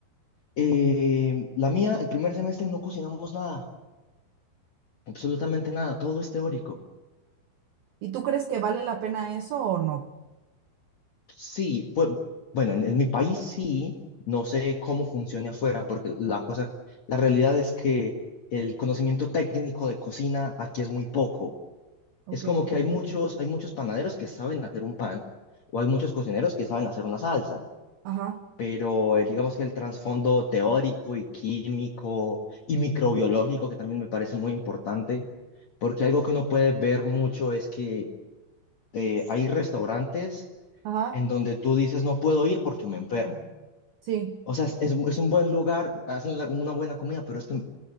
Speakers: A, on the left; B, on the right.
A: Eh, la mía, el primer semestre no cocinamos nada, absolutamente nada, todo es teórico.
B: ¿Y tú crees que vale la pena eso o no?
A: Sí, pues, bueno, en, en mi país sí, no sé cómo funcione afuera, porque la cosa, la realidad es que el conocimiento técnico de cocina aquí es muy poco.
B: Ok.
A: Es como que hay muchos, hay muchos panaderos que saben hacer un pan, o hay muchos cocineros que saben hacer una salsa,
B: Ajá,
A: pero eh, digamos que el trasfondo teórico y químico y microbiológico, que también me parece muy importante, porque algo que uno puede ver mucho es que eh, hay restaurantes
B: ajá,
A: en donde tú dices, no puedo ir porque me enfermo.
B: sí.
A: O sea, es, es un es un buen lugar, hacen la- una buena comida, pero es que